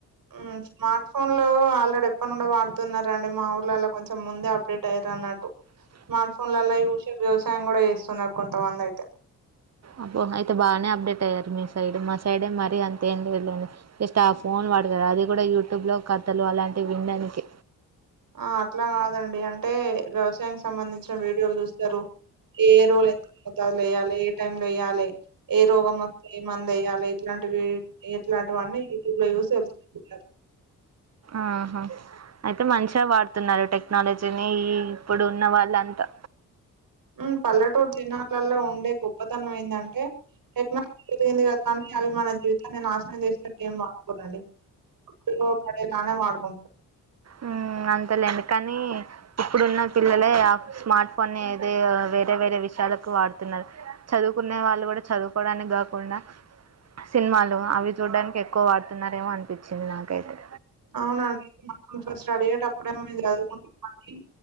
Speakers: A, on the right (about 65°); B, on the right (about 45°).
A: ఉ స్మార్ట్ ఫోన్ లో ఆల్రెడీ ఎప్పటినుండో వాడుతున్నారండి మా ఊర్లలో కొంచెం ముందే అప్డేట్ ఐరు అన్నట్టు
B: <inaudible>
A: స్మార్ట్ ఫోన్లలో చూసే వ్యవసాయం గుడా చేస్తున్నారు కొంతమంది అయితే
B: అబ్బో అయితే బానే అప్డేట్ అయ్యారు మీ సైడ్ మా సైడే మరీ అంత ఏం తెలియదు జస్ట్ ఆ ఫోన్ వాడదా అది కూడా యూట్యూబ్ లో కథలు అలాంటివి వినడానికి
A: ఆ అట్లా కాదండి అంటే వ్యవసాయాని సంబంధించిన వీడియోలు చూస్తారు ఏ రోలు ఎంత మోతాదు లో ఎయాలి ఏ టైం లో ఎయ్యాలి ఏ రోగం వత్తే ఏ మంద ఎయ్యాలి ఇట్లాంటివి ఇట్లాంటివన్నీ యూట్యూబ్ లో చూసీ తెలుసుకుంటున్నారు
B: ఆహ అయితే మంచిగా వాడుతున్నారు టెక్నాలజీని ఈ ఇప్పుడు ఉన్న వాళ్ళంతా
A: ఉ పల్లెటూరు జనాలలో ఉండే గొప్పతనం ఏందంటే టెక్నాలజీ పెరిగింది కదానికి అవి మన జీవితన్ని నాశనం చేసినట్టు ఏం వాడుకో రండి లో పడేలానే వడుకుంట
B: ఉ అంతేలేండి కానీ ఇప్పుడున్న పిల్లలే ఆ స్మార్ట్ ఫోన్ ని ఏదే వేరే వేరే విషయాలకు వాడుతున్నారు చదువుకునే వాళ్ళు కూడా చదువుకోవడానికి కాకుండా సినిమాలు అవి చూడ్డానికి ఎక్కువ వాడుతున్నారేమో అనిపించింది నాకైతే
A: అవునా అవి ఉ ఫస్ట్ అడిగేటప్పుడు ఏమో మేం చదువు అని